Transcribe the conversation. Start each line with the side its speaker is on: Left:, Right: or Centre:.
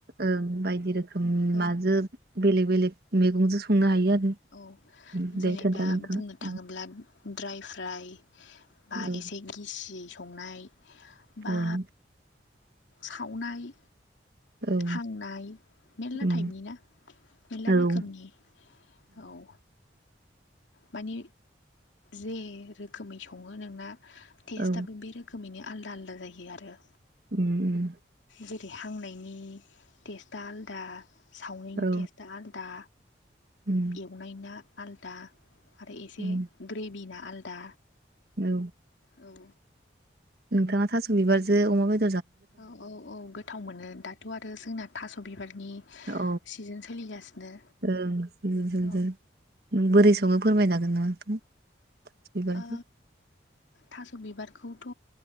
Right: ओं बायदि रोखोम
Left: औ
Right: माजों बेलेग बेलेग मैगंजों संनो हायो आरो
Left: औ
Right: उम, दे
Left: जेनेबा
Right: खोन्था नोंथाङा
Left: बुंनो
Right: उम,
Left: थाङोब्ला ड्राइ फ्राइ बा
Right: औ
Left: एसे गिसि संनाय
Right: ओं
Left: बा सावनाय
Right: औ
Left: हांनाय मेरला
Right: उम
Left: टाइपनि ना मेरला
Right: औ ओं
Left: रोखोमनि औ माने जे रोखोमै सङो नोंना टेस्टआबो
Right: औ
Left: बे रोखोमैनो आलदा आलदा जायो आरो
Right: उम उम
Left: जेरै हांनायनि टेस्टा आलदा सावनायनि
Right: औ
Left: टेस्टा आलदा
Right: उम
Left: एवनाय ना आलदा आरो एसे
Right: उम
Left: ग्रेभि ना आलादा
Right: औ
Left: औ
Right: नोंथाङा थास' बिबारजो अमा बे
Left: औ औ औ गोथाव मोनो दाथ' आरो जोंना थास' बिबार नि
Right: औ
Left: सिजोन सोलिगासिनो
Right: ओं जोंजों
Left: औ
Right: बोरै सङो फोरमायनो हागोना नोंथां? थास' बिबारजों
Left: आ थास' बिबारखौथ'